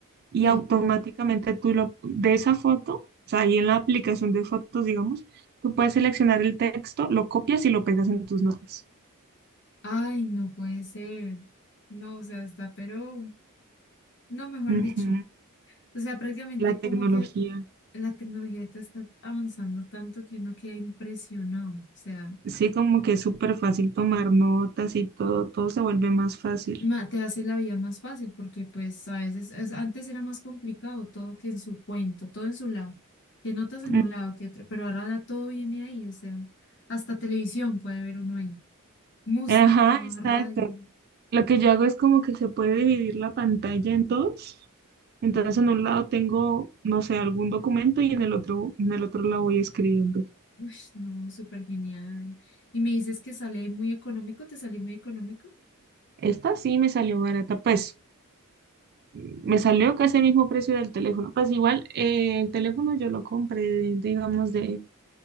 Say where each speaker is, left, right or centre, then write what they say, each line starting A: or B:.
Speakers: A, on the right; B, on the left.
A: y
B: Sí.
A: automáticamente tú lo, de esa foto, o sea, ahí en la aplicación de fotos, digamos, tú puedes seleccionar el texto, lo copias y lo pegas en tus notas.
B: Ay, no puede ser. No, o sea, está, pero, no, mejor
A: Ujú,
B: dicho. O sea, prácticamente
A: La tecnología.
B: como que la tecnología ahorita está avanzando tanto que uno queda impresionado. O sea,
A: Sí, como que es súper fácil tomar notas y todo, todo se vuelve más fácil.
B: ma- te hace la vida más fácil porque pues a veces es- antes era más complicado todo que en su cuento, todo en su lado, que notas en
A: Mm,
B: un lado, que otro, pero ahora da- todo viene ahí. O sea, hasta televisión puede ver uno ahí. Música,
A: Ajá, exacto.
B: radio.
A: Lo que yo hago es como que se puede dividir la pantalla en dos. Entonces en un lado tengo, no sé, algún documento y en el otro, en el otro lado voy escribiendo.
B: Uy, no, súper genial. Y me dices que sale muy económico, ¿te sale muy económico?
A: Esta sí me salió barata, pues me salió casi el mismo precio del teléfono. Pues igual eh, el teléfono yo lo compré, digamos, de,